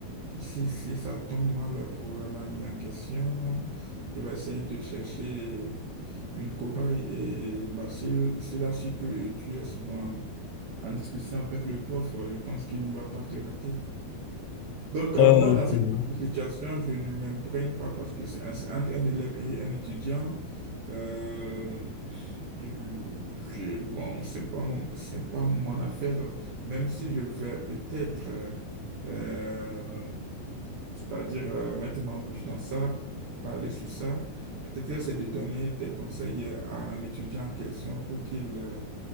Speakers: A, on the right (about 75°); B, on the left (about 85°).
A: si, si, si ça tombe mal pour l'ami en question, il va essayer de chercher une cobaye. Et bah, s'il, s'il a su que tu es souvent en discussion avec le prof, je pense qu'il ne va pas te rater. Donc, euh,
B: Euh,
A: moi, dans cette
B: c'est vrai.
A: situation, je ne m'imprègne pas parce que c'est c'est entre un élève et un étudiant. Euh, je- je- bon, c'est pas mon, c'est pas mon affaire, même si je vais peut-être, euh, euh, c'est-à-dire euh, mettre ma bouche dans ça, parler sur ça. Peut-être que c'est de donner des conseils à l'étudiant en question pour qu'il euh,